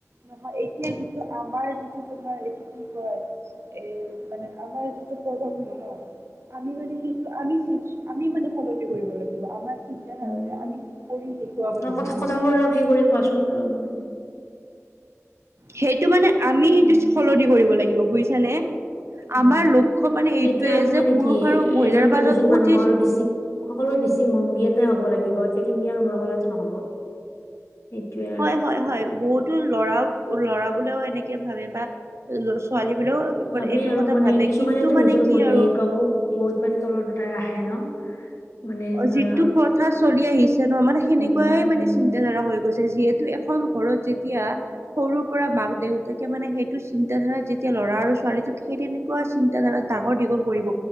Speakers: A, on the right (about 60°); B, on the left (about 70°).
A: নহয় এতিয়া যিটো আমাৰ যিটো তোমাৰ এইটো কি কয় এ, মানে আমাৰ যিটো প্ৰথম মনত আমি মানে সেইটো আমি আমি মানে সলনি কৰিব লাগিব আমাৰ চিন্তাধাৰা
B: উম
A: বিলাক আমি কৰি দেখুৱাব
B: ন
A: লাগিবটো।
B: কথা কথাবোৰ অলপ সেই কৰি কোৱাচোন অলপ মানে
A: সেইটো মানে আমি সেইটো
B: উম
A: সলনি কৰিব লাগিব বুজিছানে।
B: হয়,
A: আমাৰ
B: হয়
A: লক্ষ্য মানে এইটোয়ে
B: এতিয়া আমি
A: যে
B: মানে
A: পুৰুষ
B: কি
A: আৰু মহিলাৰ
B: এজন বা
A: মাজত
B: দুজন
A: প্ৰতি
B: মানুহৰ বেছি সকলোৰে দিশি ভংগী এটাই হ'ব লাগিব এতিয়া তুমি আৰু মই কলেতো নহ'ব। সেইটোয়ে
A: হয়,
B: আৰু
A: হয়, হয়, বহুত। টো ল'ৰা, ল'ৰা বোলেও এনেকে ভাবে বা ছোৱালী বোলেও।
B: ভাবেই
A: এইটো
B: আৰু
A: কথা
B: মানে
A: ভাবে
B: কিছুমানেতো
A: কিন্তু মানে
B: নিজৰ
A: কি
B: ঘৈনীয়েককো
A: আৰু
B: বহুত মানে তলত ৰাখে ন। মানে
A: অ,
B: ধৰা
A: যিটো প্ৰথা চলি আহিছে ন মানে সেনেকুৱাই
B: উম উম
A: মানে চিন্তাধাৰা হৈ গৈছে। যিহেতু এখন ঘৰত যেতিয়া সৰুৰ পৰা মাক-দেউতাকে মানে সেইটো চিন্তা ধাৰা যেতিয়া ল'ৰা আৰু ছোৱালীটোক সেই তেনেকুৱা চিন্তাধাৰা ডাঙৰ দীঘল কৰিব